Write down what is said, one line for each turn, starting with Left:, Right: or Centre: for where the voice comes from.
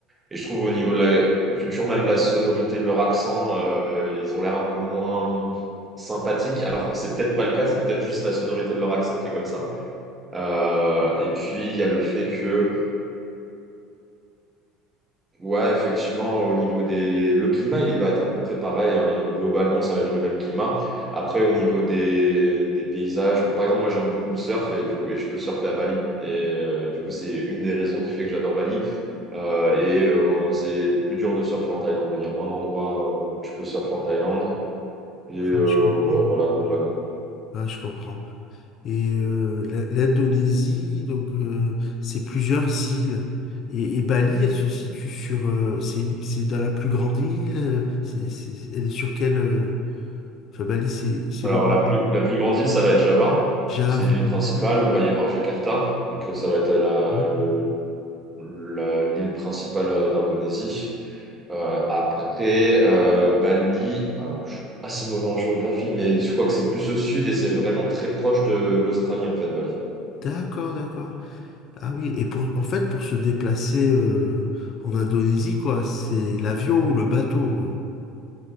Right: Et je trouve au niveau de la culture, même la sonorité de leur accent, euh, ils ont l'air un peu moins sympathiques. Alors c'est peut-être pas le cas, c'est peut-être juste la sonorité de leur accent qui est comme ça. Euh, et puis il y a le fait que Ouais, effectivement, au niveau des... Le climat, il va être à peu près pareil. hein. Et Globalement, ça va être le même climat. Après, au niveau des, des paysages, par exemple, moi, j'aime beaucoup le surf et du coup, et je peux surfer à Bali. Et euh, du coup, c'est une des raisons qui fait que j'adore Bali. Euh, et euh, c'est plus dur de surfer en Thaïlande. Il y a moins d'endroits euh, où tu peux surfer en Thaïlande. Et
Left: Ah,
Right: euh,
Left: je comprends.
Right: ouais, voilà, globalement.
Left: Ah, je comprends. Et euh, la- l'Indonésie, donc euh, c'est plusieurs îles. Et, et Bali, elle se situe sur, euh, c'est c'est dans la plus grande île. euh, C'est, c'est- elle est sur quelle? euh, Enfin, Bali, c'est c'est
Right: Alors,
Left: le nom.
Right: la plus, la plus grande île, ça va être Java.
Left: Java,
Right: C'est l'île principale
Left: oui,
Right: où va y avoir Jakarta. Donc, euh, ça va être la,
Left: oui.
Right: le, la- l'île principale euh, d'Indonésie. Euh, après, euh, Bali, alors je suis assez mauvais en géographie, mais je crois que c'est plus au sud et c'est vraiment très proche de l'Australie, en fait, Bali.
Left: D'accord, d'accord. Ah oui, et pour, en fait, pour se déplacer euh, en Indonésie, quoi, c'est l'avion ou le bateau. euh.